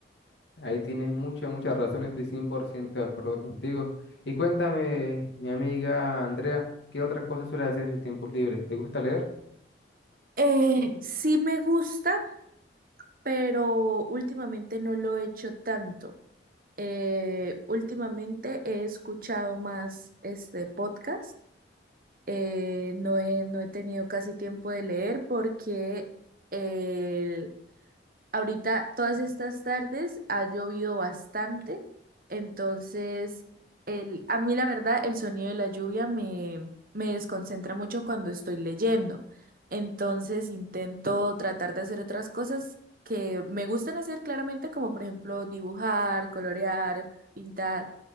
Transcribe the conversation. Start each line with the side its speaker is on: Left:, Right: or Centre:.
Left: Ahí tienes mucha, mucha razón, estoy 100% de acuerdo contigo. Y cuéntame, mi amiga Andrea, ¿qué otra cosa suele hacer en sus tiempos libres? ¿Te gusta leer?
Right: Eh, sí me gusta, pero últimamente no lo he hecho tanto. Eh, últimamente he escuchado más este podcast. Eh, no he, no he tenido casi tiempo de leer porque el- Ahorita, todas estas tardes ha llovido bastante, entonces el, a mí la verdad el sonido de la lluvia me, me desconcentra mucho cuando estoy leyendo. Entonces intento tratar de hacer otras cosas que me gustan hacer claramente, como por ejemplo dibujar, colorear, pintar,